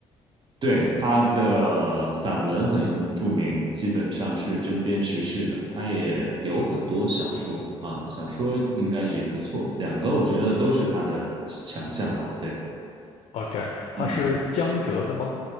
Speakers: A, on the right; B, on the left.
A: 对，他的散文很著名，基本上是针砭时事的。他也有很多小说啊，小说应该也不错，两个我觉得都是他的强项吧。对，
B: ？OK，他是江浙的吗？
A: 嗯，